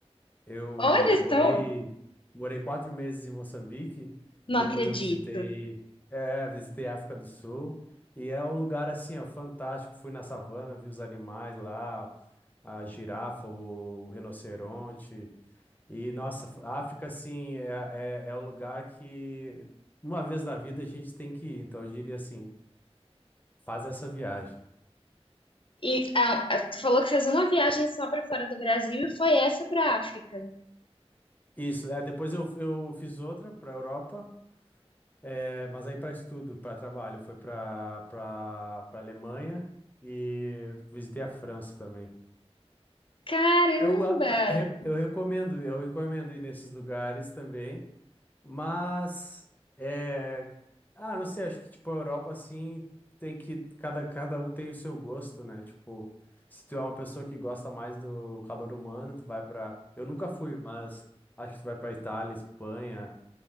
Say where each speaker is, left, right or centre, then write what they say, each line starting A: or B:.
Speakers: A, on the left; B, on the left.
A: Eu
B: olha
A: morei,
B: só,
A: morei quatro meses em Moçambique
B: não
A: e depois
B: acredito.
A: eu visitei, é, visitei a África do Sul. E é um lugar assim, ó, fantástico. Fui na savana, vi os animais lá, a girafa, o, o rinoceronte. E nossa, a África assim é, é, é o lugar que uma vez na vida a gente tem que ir. Então eu diria assim, faz essa viagem.
B: E ah, tu falou que fez uma viagem só para fora do Brasil e foi essa para África.
A: Isso, é, depois eu, eu fiz outra para Europa É, mas aí para estudo, para trabalho, foi para para para Alemanha e visitei a França também.
B: Caramba!
A: Eu, a- a- re- eu recomendo, eu recomendo ir nesses lugares também, mas é, ah, não sei, acho que tipo a Europa assim tem que cada cada um tem o seu gosto, né? Tipo, se tu é uma pessoa que gosta mais do calor humano, tu vai para, eu nunca fui, mas acho que tu vai para Itália, Espanha,